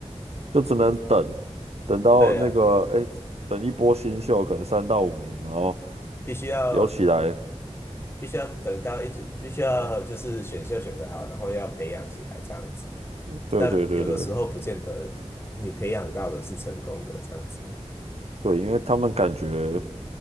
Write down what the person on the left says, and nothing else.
对啊，
必须要
必须要等到一直必须要就是选秀选得好，然后要培养起来这样子。
那有的时候不见得你培养到的是成功的这样子，